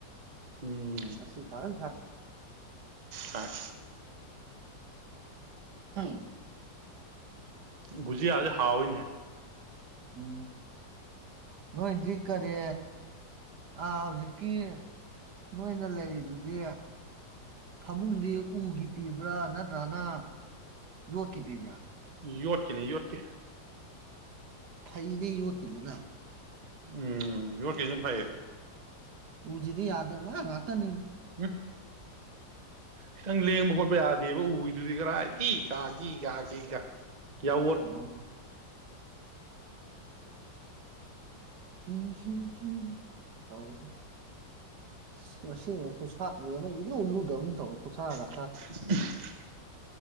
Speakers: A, on the right; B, on the right.
A: ꯎꯝ
B: ꯃꯁꯤꯁꯤ ꯐꯔ ꯁꯥꯔꯦ
A: ꯁꯥꯏ
B: ꯎꯝ
A: ꯕꯨꯖꯤꯌꯥ ꯍꯥꯎꯏꯅ ꯍꯦ
B: ꯎ ꯅꯣꯏꯗꯤ ꯀꯔꯤ ꯑ ꯍꯧꯖꯤꯛꯀꯤ ꯅꯣꯏꯅ ꯂꯩꯔꯤꯗꯨꯗꯤ ꯐꯃꯨꯡꯗꯤ ꯎꯒꯤ ꯄꯤꯕ꯭ꯔꯥ ꯅꯠꯇ꯭ꯔꯅ ꯌꯣꯠꯀꯤ ꯄꯤꯕ꯭ꯔꯥ
A: ꯌꯣꯠꯀꯤꯅꯦ ꯌꯣꯠꯀꯦ
B: ꯐꯩꯗꯤ ꯌꯨꯠ <unintelligible>
A: ꯎꯝ ꯌꯣꯠꯀꯤ ꯐꯩꯌꯦ
B: ꯎꯖꯤꯗꯤ ꯌꯥꯗꯦ ꯃꯥ ꯉꯇꯅꯤ
A: <unintelligible> ꯈꯤꯇꯪ ꯂꯦꯡꯕ ꯈꯣꯠꯄ ꯌꯥꯗꯦꯕ ꯎꯗꯨꯗꯤ ꯀꯔꯥꯏ ꯀꯤ ꯀꯥꯈꯤ ꯀꯥꯈꯤ ꯀꯥ
B: <unintelligible>
A: ꯌꯥꯋꯣꯠ
B: <unintelligible> ꯉꯁꯤꯅ ꯈꯨꯁꯥꯥꯛꯅꯦꯝꯃ ꯏꯂꯨꯜꯂꯨꯗꯧ ꯑꯃ ꯇꯧ ꯈꯨꯁꯥꯗ
A: <unintelligible>